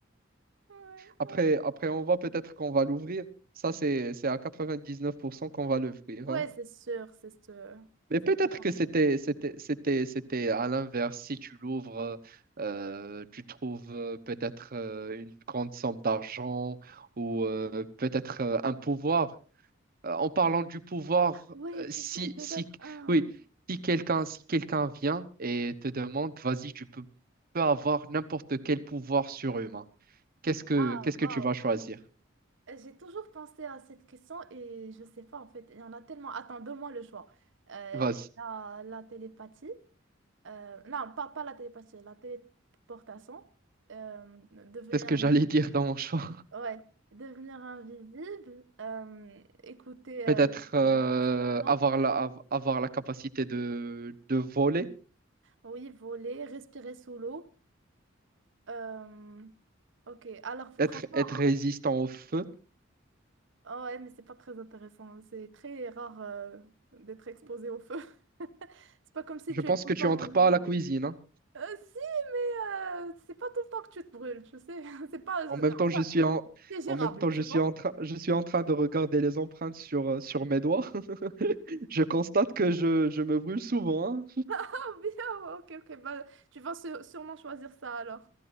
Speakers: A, on the right; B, on the right.
A: Ouais,
B: après,
A: ouais.
B: après, on va peut-être qu'on va l'ouvrir. Ça, c'est, c'est à 99% qu'on va l'ouvrir.
A: Ouais,
B: hein.
A: c'est sûr, c'est sûr.
B: Mais peut-être
A: C'est vraiment
B: que c'était
A: sûr.
B: c'était c'était c'était à l'inverse. Si tu l'ouvres, euh, tu trouves euh, peut-être euh, une grande somme d'argent ou euh, peut-être euh, un pouvoir. Euh, en parlant du pouvoir,
A: Ouais,
B: euh,
A: tu
B: si
A: sais, peut-être
B: si
A: un.
B: oui, si quelqu'un si quelqu'un vient et te demande, vas-y, tu peux, peux avoir n'importe quel pouvoir surhumain. Qu'est-ce que
A: Ah,
B: qu'est-ce que
A: waouh.
B: tu vas choisir?
A: J'ai toujours pensé à cette question et je sais pas en fait. Il y en a tellement. Attends, donne-moi le choix. Euh,
B: Vas-y.
A: la, la télépathie. euh, non, pas, pas la télépathie, la téléportation. euh, devenir
B: C'est ce que
A: invisible.
B: j'allais <laughs> dire dans mon choix.
A: Ouais, devenir invisible. euh, écouter
B: peut-être
A: euh,
B: euh,
A: les pensées des gens.
B: avoir la, av- avoir la capacité de, de voler,
A: Oui, voler, respirer sous l'eau. euh, ok, alors franchement,
B: être, être résistant au feu.
A: Ah ouais, mais c'est pas très intéressant. C'est très rare euh, d'être exposé au feu. <laughs> C'est pas comme si
B: Je
A: tu
B: pense
A: es tout
B: que
A: le
B: tu
A: temps
B: entres
A: en milieu
B: pas à la
A: de-
B: cuisine, hein.
A: Euh, si, mais euh, c'est pas tout le temps que tu te brûles, tu sais. <laughs> C'est pas...
B: En
A: euh,
B: même temps, je suis en,
A: C'est gérable,
B: en même temps,
A: tu
B: je suis
A: vois.
B: en train,
A: <laughs>
B: je suis en train de regarder les empreintes sur, euh, sur mes doigts. <laughs> Je constate que je, je me brûle souvent,
A: Ah bien, ok, ok. Bah, tu vas sû- sûrement choisir ça alors.